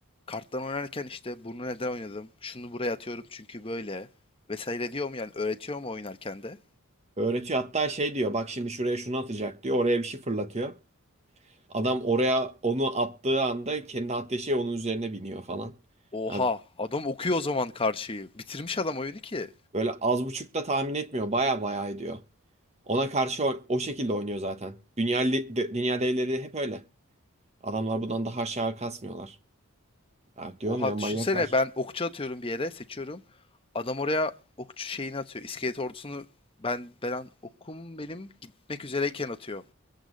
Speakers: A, on the left; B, on the right.
A: Karttan oynarken işte bunu neden oynadım? Şunu buraya atıyorum çünkü böyle. Vesaire diyor mu yani öğretiyor mu oynarken de?
B: Öğretiyor hatta şey diyor bak şimdi şuraya şunu atacak diyor oraya bir şey fırlatıyor. Adam oraya onu attığı anda kendi attığı şey onun üzerine biniyor falan.
A: Oha
B: Ya
A: adam okuyor o zaman karşıyı. Bitirmiş adam oyunu ki.
B: böyle az buçuk da tahmin etmiyor baya baya ediyor. Ona karşı o, o şekilde oynuyor zaten. Dünya, li- de- dünya devleri de hep öyle. Adamlar bundan daha aşağı kasmıyorlar. Ya diyorum
A: Oha
B: ya manyaklar.
A: düşünsene ben okçu atıyorum bir yere seçiyorum. Adam oraya okçu şeyini atıyor. İskelet ordusunu ben ben okum benim gitmek üzereyken atıyor.